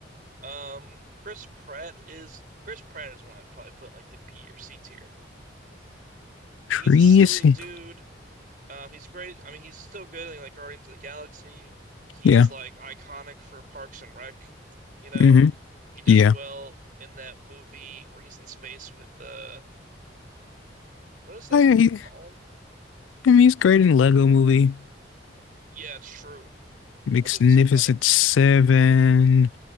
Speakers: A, on the right; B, on the left.
A: Um, Chris Pratt is Chris Pratt is one I'd probably put in like the B or C tier.
B: Crazy.
A: He's a silly dude. Um, he's great. I mean, he's still good in like Guardians of the Galaxy. He's
B: Yeah.
A: like iconic for Parks and Rec. You know,
B: hmm
A: he does
B: Yeah.
A: well in that movie where he's in space with uh, what is that
B: Oh, yeah,
A: movie
B: he,
A: called?
B: I mean, he's great in Lego Movie,
A: Yeah, it's true.
B: Magnificent
A: That movie's so funny.
B: Seven.